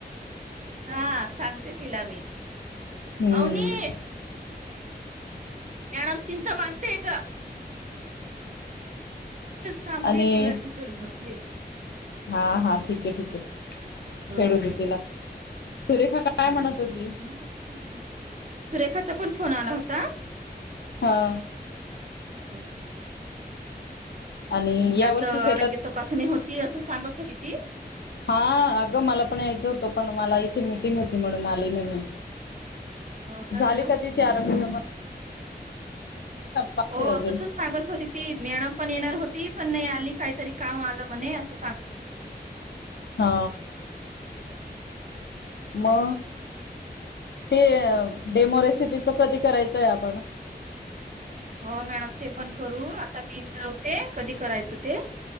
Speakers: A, on the right (about 45°); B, on the left (about 85°).
A: हा सांगते तिला मी
B: हम्म
A: अवनी मॅडम चिंच मांगते ग? थांबली
B: आणि
A: ती वरती चढून बसली.
B: हा हा ठीक ये ठीके ये
A: हम्म
B: खेळू दे तिला. सुरेखा काय
A: हम्म.
B: म्हणत होती?
A: सुरेखाचा पण फोन आला होता.
B: हा
A: हम
B: आणि या
A: माज
B: वर्षी
A: आरोग्य
B: शेतात
A: तपासणी होती असं सांगत होती ती
B: हा अगं मला पण यायचं होतं? पण मला इथे मिटिंग होती म्हणून आली नाही मी.
A: हो
B: झाली
A: मॅडम?
B: का तिची आरोग्य तपास बाकी
A: हो,
B: अजून
A: तसच सांगत होती ती मॅडम पण येणार होती पण नाही आली? काहीतरी काम आलं म्हणे असं सांगत होती
B: हा मग ते डेमो रेसिपीच कधी करायचंय आपण
A: हो मॅडम ते पण करू आता मी ठरवते कधी करायचं ते